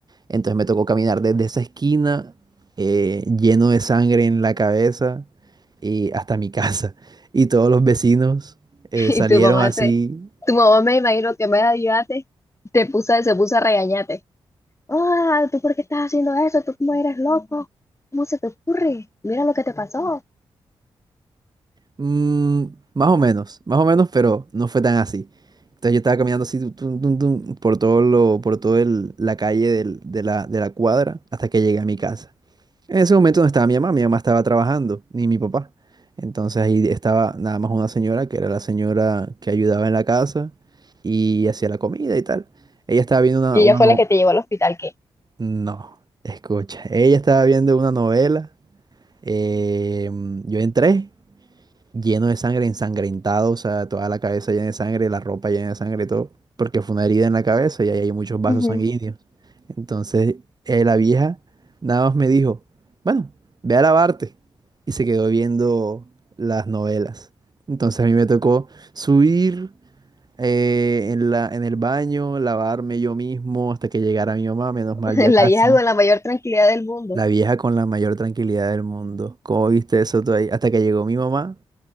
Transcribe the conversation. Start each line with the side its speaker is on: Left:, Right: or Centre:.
Right: Entonces me tocó caminar desde esa esquina, eh, lleno de sangre en la cabeza, y hasta mi <laughs> casa. Y todos los vecinos eh,
Left: <laughs> Y
Right: salieron
Left: tu mamá
Right: así.
Left: te, tu mamá me imagino que me ayudaste, te puso, se puso a regañarte. Ah, ¿tú por qué estás haciendo eso? ¿Tú cómo eres loco? ¿Cómo se te ocurre? Mira lo que te pasó.
Right: Mm, más o menos, más o menos, pero no fue tan así. Entonces yo estaba caminando así tum, tum, tum, tum, por todo lo, por todo el- la calle del- de la, de la cuadra hasta que llegué a mi casa. En ese momento no estaba mi mamá, mi mamá estaba trabajando, ni mi papá. Entonces ahí estaba nada más una señora, que era la señora que ayudaba en la casa y hacía la comida y tal. Ella estaba viendo una,
Left: Y ella
Right: una
Left: fue
Right: no,
Left: la que te llevó al hospital, qué
Right: no, escucha, ella estaba viendo una novela. eh, yo entré lleno de sangre, ensangrentado, o sea, toda la cabeza llena de sangre, la ropa llena de sangre, todo, porque fue una herida en la cabeza y ahí hay muchos vasos
Left: Ujú.
Right: sanguíneos. Entonces, eh, la vieja nada más me dijo, bueno, ve a lavarte. Y se quedó viendo las novelas. Entonces a mí me tocó subir eh, en la, en el baño, lavarme yo mismo hasta que llegara mi mamá, menos
Left: <laughs>
Right: mal ya
Left: la
Right: casi.
Left: vieja con la mayor tranquilidad del mundo.
Right: La vieja con la mayor tranquilidad del mundo. ¿Cómo viste eso tú ahí? Hasta que llegó mi mamá